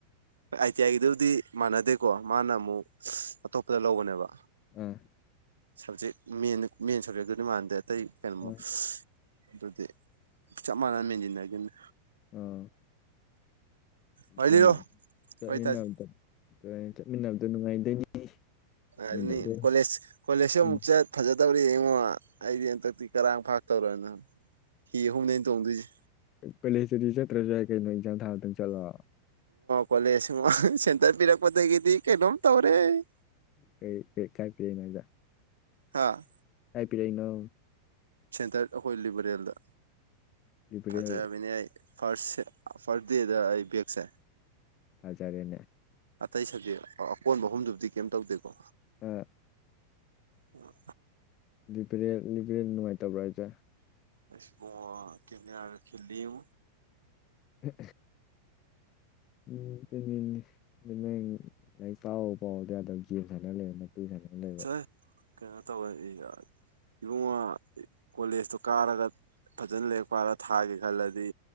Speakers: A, on the right; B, on the left.
A: ꯍꯣꯏ ꯑꯥꯏ ꯇꯤ ꯑꯥꯏꯒꯤꯗꯨꯕꯨꯗꯤ ꯃꯥꯟꯅꯗꯦꯀꯣ ꯃꯥꯅ ꯑꯃꯨꯛ ꯑꯇꯣꯞꯄꯗ ꯂꯧꯕꯅꯦꯕ
B: ꯑꯥ
A: ꯁꯕꯖꯦꯛꯦꯟ ꯃꯦꯟ ꯁꯕꯖꯦꯛꯇꯨꯗꯤ ꯃꯥꯟꯗꯦ ꯑꯇꯩ ꯀꯩꯅꯣꯃ
B: ꯑꯥ
A: ꯑꯗꯨꯗꯤ ꯆꯞ ꯃꯥꯟꯅꯅ ꯃꯦꯟꯁꯤꯟꯅꯒꯦꯅꯤ
B: ꯎꯝ ꯑꯗꯨꯅꯤ
A: ꯋꯥꯔꯤ ꯂꯤꯔꯣ
B: ꯆꯠꯃꯤꯟꯅꯕꯗꯣ
A: ꯋꯥꯔꯤ ꯇꯥꯁꯤ
B: ꯑꯗꯨ ꯆꯠꯃꯤꯟꯅꯕꯗꯣ ꯅꯨꯡꯉꯥꯏꯗꯣꯏꯅꯤ ꯆꯠꯃꯤꯟꯅꯕꯗꯣ
A: ꯑꯅꯤ ꯀꯣꯂꯁ ꯀꯣꯂꯦꯁ
B: ꯎꯝ
A: ꯃꯛ ꯐꯖ ꯇꯕ ꯑꯣ ꯑꯩꯗꯤ ꯍꯟꯇꯛꯇꯤ ꯀꯔꯥꯡ ꯐꯥꯛ ꯇꯧꯔꯅ ꯍꯤ ꯑꯍꯨꯝꯗꯩꯅ ꯇꯣꯡꯗꯣꯏꯁꯦ
B: ꯀꯣꯂꯦꯖꯇꯗꯤ ꯆꯠꯇ꯭ꯔꯁꯨ ꯌꯥꯏ ꯀꯩꯅꯣ ꯑꯦꯛꯖꯥꯝ ꯊꯥꯔꯛꯇꯪ ꯆꯠꯂꯣꯑꯣ
A: ꯀꯣꯂꯦꯖꯨꯝ ꯁꯦꯟꯇꯔ ꯄꯤꯔꯛꯄꯗꯒꯤꯗꯤ ꯀꯩꯅꯣꯝ ꯇꯧꯔꯦ
B: ꯀꯩ ꯀ ꯀꯥꯏ ꯄꯤ ꯃꯖꯥ
A: ꯍꯥꯥ
B: ꯍꯥꯏ ꯄꯔꯏꯅꯣ
A: ꯁꯦꯟꯇꯔ ꯑꯩꯈꯣꯏ ꯂꯤꯕꯔꯦꯜꯗ
B: ꯂꯤꯕꯔꯦꯜ
A: ꯐꯖꯕꯅꯦ ꯑꯩ ꯐꯥꯔꯁꯦ ꯐꯥꯔꯁ ꯗꯦꯗ ꯑꯩ ꯕꯦꯛꯁꯦ
B: ꯍꯖꯔꯅꯦ
A: ꯑꯇꯩ ꯁꯖꯦꯛ ꯑꯀꯣꯟꯕ ꯑꯍꯨꯝꯗꯨꯕꯨꯗꯤ ꯀꯩꯝ ꯇꯧꯗꯦꯀꯣ
B: ꯑ
A: ꯎꯝ
B: ꯂꯤꯄꯔꯦ ꯂꯤꯄꯔꯦꯟ ꯅꯨꯡꯉꯥꯏꯇꯕ꯭ꯔꯥ ꯍꯥꯏꯁꯦ
A: ꯑꯕꯨ ꯀꯦꯝ ꯌꯥꯔ ꯈꯈꯤꯜꯜꯂꯤꯨ
B: ꯎꯝ ꯎꯝꯃꯤ ꯑꯗꯨ ꯂꯥꯏꯔꯤꯛ ꯄꯥꯎ ꯄꯥꯎꯗ ꯑꯗꯨꯝ ꯌꯦꯦꯝ ꯁꯥꯟꯅ ꯂꯩ ꯇꯨ ꯁꯥꯟꯗꯅ ꯂꯩꯕ
A: ꯆꯠ ꯀꯩꯅꯣ ꯇꯧꯋ ꯌꯥ ꯏꯕꯨꯡꯉꯣ ꯀꯣꯂꯦꯖꯇꯣ ꯀꯥꯔꯒ ꯐꯖꯅ ꯂꯔꯞꯄꯔ ꯊꯥꯒꯦ ꯈꯜꯂꯗꯤ